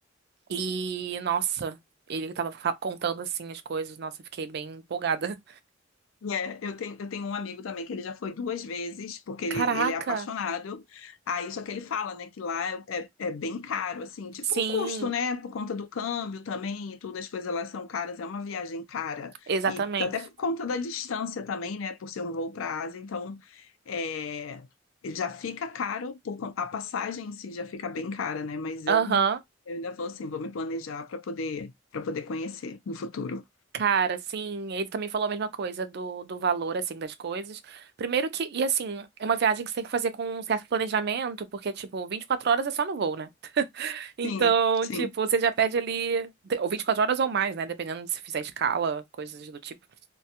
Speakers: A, on the right; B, on the left.
A: E, nossa, ele tava fa- contando, assim, as coisas. Nossa, eu fiquei bem empolgada.
B: É, eu tenho, eu tenho um amigo também que ele já foi duas vezes, porque ele,
A: Caraca,
B: ele é apaixonado. Aí, só que ele fala, né, que lá é, é, é bem caro, assim, tipo
A: sim,
B: o custo, né, por conta do câmbio também e tudo, as coisas lá são caras, é uma viagem cara.
A: exatamente.
B: E até por conta da distância também, né, por ser um voo para a Ásia, então é, já fica caro, por, con- a passagem em si já fica bem cara, né, mas
A: Aham.
B: eu, eu ainda vou assim, vou me planejar para poder, para poder conhecer no futuro.
A: Cara, sim, ele também falou a mesma coisa do, do valor, assim, das coisas. Primeiro que, e assim, é uma viagem que você tem que fazer com um certo planejamento, porque, tipo, 24 horas é só no voo, né? Então,
B: Sim, sim.
A: tipo, você já perde ali, ou 24 horas ou mais, né? Dependendo de se fizer escala, coisas do tipo.